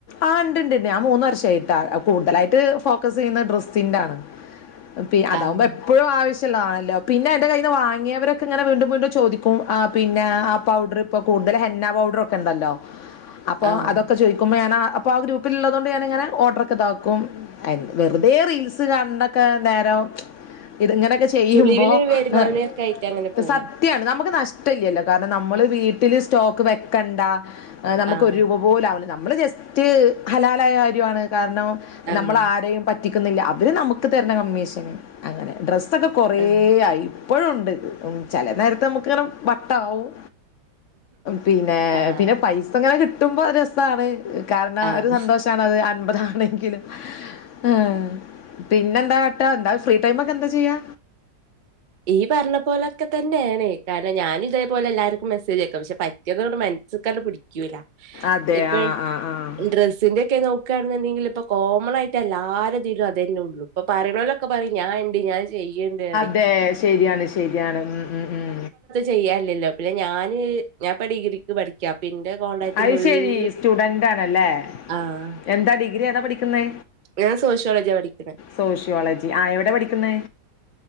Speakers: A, on the left (about 80°); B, on the right (about 40°).
A: ആ് ഉണ്ട് ഉണ്ട് ഞാൻ മൂന്ന് വർഷായിട്ടാ കൂടുതലായിട്ട് ഫോക്കസ് ചെയ്യുന്ന ഡ്രസ്സിന്റാണ് പി അതാവുമ്പ
B: ആഹ്
A: എപ്പ പ്പളും ആവശ്യള്ളതാണല്ലോ പിന്നെ എൻ്റെ കയ്യിൽ നിന്ന് വാങ്ങിയവരൊക്കെ ഇങ്ങനെ വീണ്ടും വീണ്ടും ചോദിക്കും ആ പിന്നെ ആ പൗഡർ ഒക്കെ കൂടുതൽ ഹന്നാ പൗഡറൊക്കെ ഉണ്ടല്ലോ അപ്പോ
B: ആഹ്.
A: അതൊക്കെ ചോയ്ക്കുമ്പോ ഞാനാ അപ്പോ ആ ഗ്രൂപ്പില് ഉള്ളത് കൊണ്ട് ഞാനങ്ങനെ ഓർഡറൊക്കെ ഇതാക്കും <unintelligible> വെറുതെ റീൽസ് കണ്ടൊക്കെ നേരം ഇതിങ്ങനെയൊക്കെ ചെയ്യുമ്പോ
B: ചുളിവില് വരുമാനൊക്കെ
A: ഏഹ്
B: ആയിട്ട് അങ്ങനെ പോണ്.
A: സ ത്യാണ് നമുക്ക് നഷ്ടല്ലല്ലോ കാരണം നമ്മള് വീട്ടിൽ സ്റ്റോക്ക് വെക്കണ്ട നമുക്ക്
B: ആഹ്
A: ഒരു രൂ പ പോലും ആവില്ല നമ്മള് ജസ്റ്റ് ഹലാലായ കാര്യാണ് കാരണം
B: ആഹ്
A: നമ്മൾ ആരെയും പറ്റിക്കുന്നില്ല അവർ നമുക്ക് തരുന്ന കമ്മീഷന് അങ്ങനെ ഡ്രസ്സൊക്കെ കൊറേ
B: ആഹ്.
A: ആയി ഇപ്പഴും ഉണ്ട് ഉം ചില നേരത്ത് നമുക്ക് ഇങ്ങനെ വട്ട് ആവും പിന്നെ
B: ആഹ്
A: പിന്നെ പൈസ ഇങ്ങനെ കിട്ടുമ്പോ രസാണ് കാരണം
B: ആഹ്.
A: ഒരു സന്തോഷാണത് അൻപതാണെങ്കിലും ആഹ് പിന്നെ എന്താ കാട്ടാ എന്താ ഫ്രീ ടൈമ് ഒക്കെ എന്താ ചെയ്യാ
B: ഈ പറഞ്ഞ പോലൊക്കെ തന്നെയാണ് കാരണം ഞാനും ഇതേപോലെ എല്ലാർക്കും മെസ്സേജ് അയക്കും പക്ഷെ പറ്റിയതണ്ട് മ നസ്സ്ക്കണ്ട് പിടിക്കൂല
A: അതെ
B: ഇപ്പൊ
A: ആ ആ ആ
B: ഡ്രസ്സിന്റെ ഒക്കെ നോ ക്കാണ്ന്നുണ്ടെങ്കിൽ ഇപ്പൊ കോമണായിട്ട് എല്ലാരെ ഇതിലും അതന്നെ ഉള്ളൂ ഇപ്പ പറയ്‌ണോലൊക്ക പറയും ഞാൻ ഇണ്ട് ഞാൻ ചെയ്യ്ണ്ട് പറയും
A: അതെ ശരിയാണ് ശരിയാണ് ഉം ഉം. ഉം
B: ചെയ്യാല്ല്യല്ലോ പിന്നെ ഞാന് ഞാ ഇപ്പ ഡിഗ്രിക്ക് പഠിക്ക്യ പ്പിന്റെ കോളേജ്
A: അത്
B: മുള്ള്
A: ശരി സ്റ്റുഡൻ്റ് ആണല്ലേ
B: ആഹ്
A: എന്താ ഡിഗ്രി ഏതാ പഠിക്കുന്നെ
B: ഞാൻ സോഷ്യോളജിയ പഠിക്ക്ണെ
A: സോഷ്യോളജി ആ എവടെ പഠിക്കുന്നെ